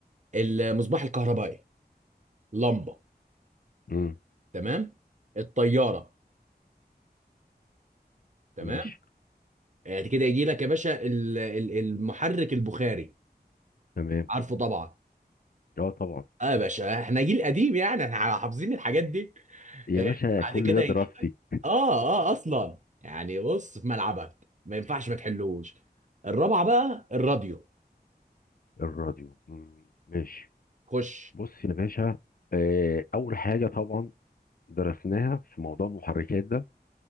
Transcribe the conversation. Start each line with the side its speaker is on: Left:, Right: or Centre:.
Right: المصباح الكهربائي لمبه
Left: مم.
Right: تمام الطياره تمام
Left: ماشي
Right: يعني كده يجي لك يا باشا ال- ال- المحرك البخاري
Left: تمام
Right: عارفه طبعا
Left: أه طبعا
Right: اه يا باشا احنا جيل قديم يعني احنا حافظين الحاجات دي
Left: يا
Right: آه،
Left: باشا
Right: بعد
Left: كل
Right: كده
Left: ده
Right: يجي
Left: دراستي
Right: لك اه اه اصلا يعني بص في ملعبك ما ينفعش ما تحلوش الرابعه بقى الراديو
Left: الراديو مم. ماشي
Right: خش
Left: بص يا باشا آه، اول حاجه طبعا درسناها في موضوع المحركات ده